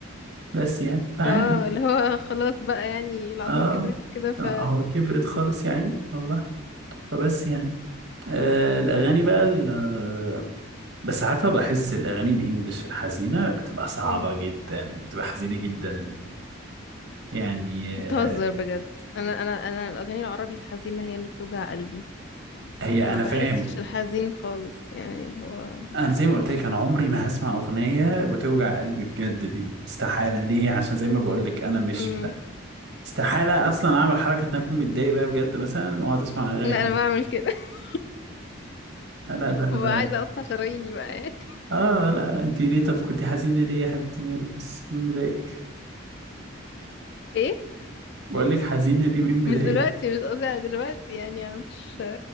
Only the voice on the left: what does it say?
اه اللي هو خلاص بقى يعني العظمة
كبرت وكده ف
امم
بتهزر
بجد انا انا انا الاغاني العربي الحزينة هي اللي بتوجع قلبي
ما
بحسش
الحزين خالص يعني اللي هو
امم
لا
انا بعمل كده <laughs>
ببقى
عايزة اقطع شراييني بقى <laughs>
ايه
مش
دلوقتي مش قصدي على دلوقتي يعني أنا مش